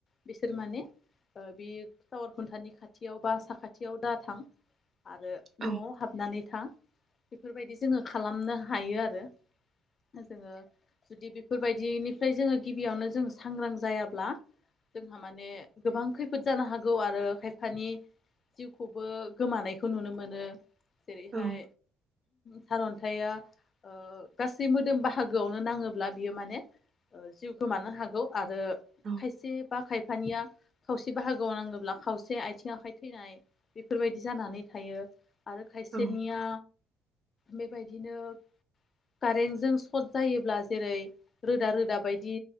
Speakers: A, on the left (about 40°); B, on the right (about 40°).
A: बिसोर माने ओ बि टावार खुन्थानि खाथियाव बा साखाथियाव दा थां। आरो
B: औ
A: न'आव हाबनानै था बेफोरबायदि जोङो खालामनो हायो आरो जोङो जुदि बेफोरबायदिनिफ्राय जोङो गिबियावनो जों सांग्रां जायाब्ला जोंहा माने गोबां खैफोद जानो हागौ आरो खायफानि जिउखौबो गोमानायखौ नुनो मोनो। जेरैहाय
B: औ
A: सारअन्थाइया ओ गासै मोदोम बाहागोआवनो नाङोब्ला बियो माने ओ जिउ गोमानो हागौ आरो
B: औ
A: खायसे बा खाय फानिया खावसे बाहागोआव नांगोब्ला खावसे आथिं आखाय थैनाय बेफोरबायदि जानानै थायो। आरो खायसेनिया
B: औ
A: बेबायदिनो कारेन्टजों सर्ट जायोब्ला जेरै रोदा रोदा बायदि